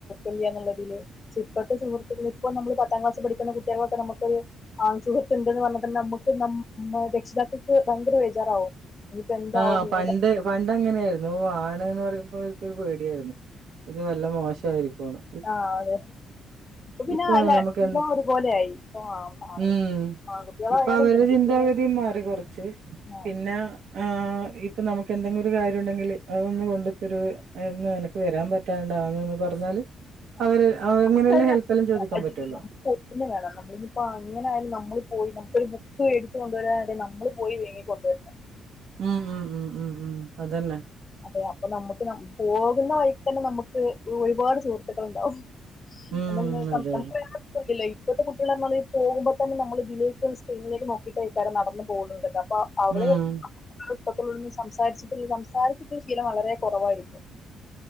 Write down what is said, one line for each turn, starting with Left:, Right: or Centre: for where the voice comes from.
Left: ഇല്ല്യാന്നൊള്ളിതില് ക്ഷേ പ്പഴത്ത ഇപ്പം നമ്മള് പത്താംക്ലാസി പഠിക്കുന്ന കുട്ടികളൊക്കെ നമ്മ്ക്ക് ആൺ സുഹൃത്ത് ണ്ടെന്ന് പറഞ്ഞാ തന്ന അമ്മക്ക് മ്മ രക്ഷിതാക്കള് ഇത് ഭയങ്കര ബേജാറാവും ഇനിയിപ്പോ എന്താവും
Right: ങാ പണ്ട്
Left: ഏതാ
Right: പണ്ട് അങ്ങനായിരുന്നു ത് ആണ് എന്ന് പറയുമ്പോ അവ്ക്കൊരു പേടിയായിരുന്നു ഇത് വല്ല മോശമായിരിക്കുംന്ന്
Left: ആഹ് അതെ ഇപ്പ പിന്നാ
Right: ഇപ്പൊന്ന്
Left: ല്ല
Right: നമുക്ക്
Left: എല്ലാം
Right: എ
Left: ഒരുപോലെ ആയി ഇപ്പ ആ ആണ്
Right: ഉം
Left: ആൺകുട്ടികളായാലും
Right: ഇപ്പൊ അവരുടെ
Left: പെൺകുട്ടികള്
Right: ചിന്താഗതി മാറി കൊറച്ച്
Left: ങാ
Right: പിന്നെ ആഹ് ഇപ്പം നമുക്ക് എന്തെങ്കിലും ഒരു കാര്യം ഉണ്ടെങ്കിൽ അതൊന്ന് കൊണ്ടത്തരോ എന്ന് എനക്ക് വരാൻ പറ്റാണ്ടാ എന്ന് ഒന്ന് പറഞ്ഞാല്
Left: ങാ
Right: അവര് അങ്ങനെയുള്ള
Left: നമുക്കറിയാം
Right: ഹെൽപ്പെല്ലാം
Left: <unintelligible>
Right: ചോദിക്കാൻ പറ്റുവല്ലോ
Left: ഹെൽപന്നെ വേണംന്ന് നമ്മളിപ്പം അങ്ങനായാലും നമ്മള് പോയി നമ് ഒരു ബുക്ക് വേടിച്ച് കൊണ്ടുവരാനായാലും നമ്മള് പോയി വേങ്ങിക്കൊണ്ടുവരണം
Right: ങാ ങാ ങാ ങാ ഉം അതന്നെ
Left: അതെ അപ്പൊ നമ്മക്ക് പോകുന്ന വഴിക്ക് തന്നെ നമുക്ക് ഒരുപാട് സുഹൃത്തുക്കളൊണ്ടാവും <unintelligible>
Right: ഉം അതെ അതെ
Left: ഇപ്പോത്തെ കുട്ടികളാന്നു പറഞ്ഞാ ഈ പോകുമ്പോ തന്നെ നമ്മള് ഇതിലേക്ക് ഈ സ്ക്രീനിലേക്ക് നോക്കിയിട്ട് ഇക്കെ <unintelligible> നടന്ന് പോവുന്നത് കേട്ടാ അ <unintelligible> അവിടെ
Right: ഉം
Left: മൊത്തത്തിലൊന്നും സംസാരിച്ചിട്ടില്ല സംസാരിച്ചിട്ടുള്ള ശീലം വളരെ കൊറവായിരിക്കും